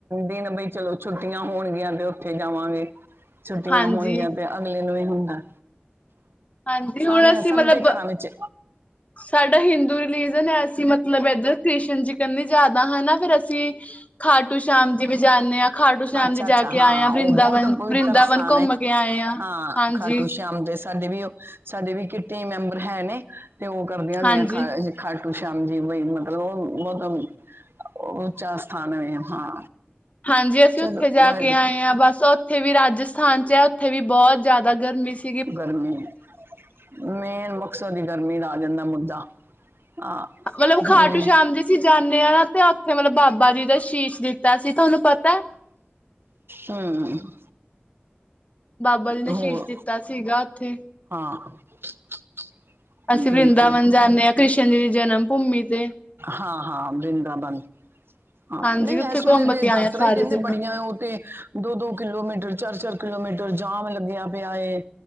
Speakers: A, on the right; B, on the left.
A: ਦਿਨ ਬਈ ਚਲੋ ਛੁੱਟੀਆਂ। ਹੋਣਗੀਆਂ ਤੇ ਉੱਥੇ ਜਾਵਾਂਗੇ। ਛੁੱਟੀਆਂ
B: ਹਾਂਜੀ
A: ਹੋਣਗੀਆਂ ਪਿਆ ਅਗਲੇ। ਨੂੰ ਹੁੰਦਾ।
B: ਹਾਂਜੀ
A: ਸਾਰਿਆਂ
B: ਹੁਣ ਅਸੀਂ ਮਤਲਬ
A: ਸਭ ਦੇ ਘਰਾਂ ਵਿਚ।
B: ਸਾਡਾ ਹਿੰਦੂ ਰਿਲੀਜ਼ਨ ਅਸੀਂ ਮਤਲਬ ਹੈ ਇੱਧਰ ਕ੍ਰਿਸ ਜੀਕਨੀ ਜ਼ਿਆਦਾ ਹਨਾ ਫੇਰ ਅਸੀਂ ਖਾਟੂ ਸ਼ਾਮ ਦੀ ਵਜਾਦੇ ਹਾਂ। ਖਾਟੂ ਸ਼ਾਮ
A: ਅੱਛਾ-ਅੱਛਾ।
B: ਜੀ ਜਾ ਕੇ
A: ਹਾਂ
B: ਆਏ
A: ਉਹ
B: ਵਰਿੰਦਾਵਨ
A: ਬਹੁਤ ਪਵਿੱਤਰ
B: ਵਰਿੰਦਾਵਨ
A: ਸਥਾਨ
B: ਘੁੰਮ
A: ਹੇ
B: ਕੇ ਆਏ
A: ਹਾਂ
B: ਹਾਂਜੀ
A: ਖਾਡੂ ਸ਼ਾਮ ਦੇ ਸਾਡੇ ਵੀ ਉਹ ਸਾਡੇ ਵੀ ਕਿਟੀ ਮੈਂਬਰ ਹੈ ਨੇ ਤੇ ਉਹ ਕਰਦੀਆਂ ਹੁੰਦੀਆਂ
B: ਹਾਂਜੀ
A: ਖਾ ਖੱਟ ਸ਼ਾਮ ਜੀ ਬਈ ਮਤਲਬ ਉਹ ਮਤ ਉੱਚਾ ਸਥਾਨ ਹੈ ਹਾਂ।
B: ਹਾਂਜੀ । ਅਸੀਂ
A: ਚਲੋ
B: ਉੱਥੇ ਜਾ
A: ਵਾਹਿਗੁਰੂ
B: ਕੇ ਆਏ ਹਾਂ ਬਸ ਉੱਥੇ ਵੀ ਰਾਜਸਥਾਨ ਚ ਹੈ ਉੱਥੇ ਵੀ ਬਹੁਤ ਜ਼ਿਆਦਾ ਗਰਮੀ ਸੀ।
A: ਗਰਮੀ, ਮੇਨ ਮਕਸਦ ਹੀ ਗਰਮੀ ਦਾ ਆ ਜਾਂਦਾ ਮੁੱਦਾ ਆ ਹ,
B: ਮਤਲਬ ਖਾਟੂ ਸ਼ਾਮ ਜੀ ਅਸੀਂ ਜਾਂਦੇ ਹਾਂ ਨਾ ਤੇ ਉੱਥੇ ਮਤਲਬ ਬਾਬਾ ਜੀ ਦਾ ਸ਼ੀਸ਼ ਦਿੱਤਾ ਸੀ ਤੁਹਾਨੂੰ ਪਤਾ ਹੈ
A: ਹਮ। <inaudible>
B: ਬਾਬਾ ਜੀ ਨੇ
A: ਹੋ
B: ਸ਼ੀਸ਼ ਦਿੱਤਾ। ਸੀਗਾ ਉੱਥੇ
A: <inaudible>
B: ਅਸੀਂ
A: ਬਿਲਕੁਲ,
B: ਵਰਿੰਦਾਵਨ ਜਾਂਦੇ ਹਾਂ ਕ੍ਰਿਸ਼ਨ ਜੀ ਦੀ ਜਨਮ ਭੂਮੀ ਤੇ
A: ਹਾਂ-ਹਾਂ ।ਵਰਿੰਦਾਵਨ ਹਾਂ
B: ਹਾਂਜੀ
A: ਨਹੀਂ
B: ਉੱਥੇ
A: ਇਸ ਵੇਲੇ
B: ਘੁੰਮ
A: ਤੇ
B: ਕੇ ਆਏ
A: ਯਾਤਰਾ
B: ਆ ਸਾਰੇ
A: ਹੀ ਕਹਿੰਦੇ
B: ਜਣੇ
A: ਬੜੀਆਂ ਉਹ ਤੇ ਦੋ-ਦੋ ਕਿਲੋਮੀਟਰ, ਚਾਰ-ਚਾਰ ਕਿਲੋਮੀਟਰ ਜਾਮ ਲੱਗਿਆ ਪਿਆ ਹੈ।